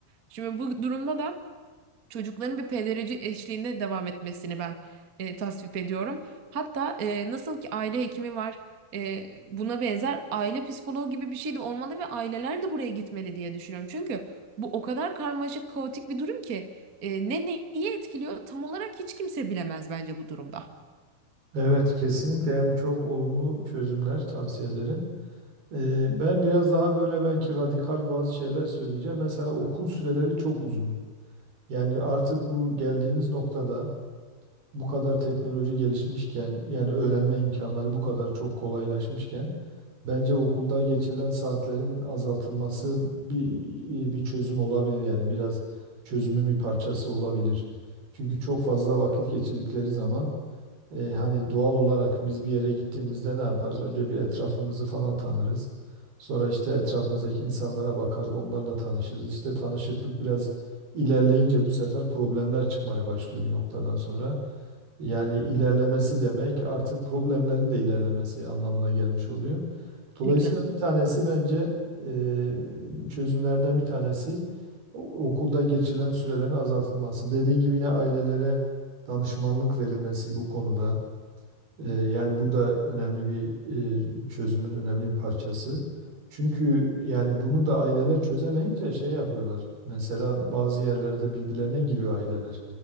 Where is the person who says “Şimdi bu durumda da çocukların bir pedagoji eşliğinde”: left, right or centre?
Right